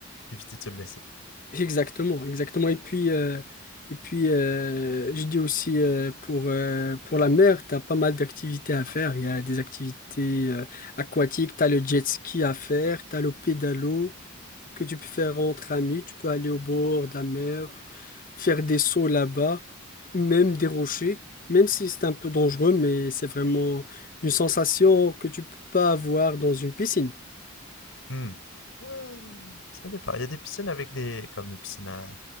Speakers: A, on the left; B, on the left.
A: éviter de se blesser.
B: Exactement, exactement. Et puis, euh, et puis euh, je dis aussi euh, pour, euh, pour la mer, t'as pas mal d'activités à faire. Il y a des activités euh, aquatiques, t'as le jet ski à faire, t'as le pédalo. que tu peux faire entre amis. Tu peux aller au bord de la mer, faire des sauts là-bas, même des rochers, même si c'est un peu dangereux, mais c'est vraiment une sensation que tu peux pas avoir dans une piscine.
A: Hmm. Ouais, ça dépend. Il y a des piscines avec des, comme les piscines à,